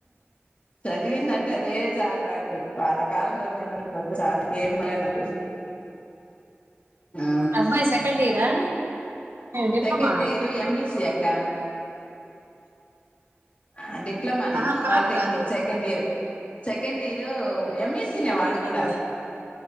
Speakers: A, on the left; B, on the right.
A: చదివిందంటే అదే జాలు నాకు వాళ్ళ కాళ్ళమీద నిలబడిపోతే చాలు ఇంకేం బలే నాకు ఆ
B: అబ్బాయి సెకండ్ ఇయరా డిప్లొమా
A: సెకెండ్ ఇయరు ఎంఈసి అక్క ఆ డిప్లమానే
B: ఆహా పాప
A: polytechnic
B: కాదు
A: second year second year MEC నే వాడు గూడా
B: నెక్స్ట్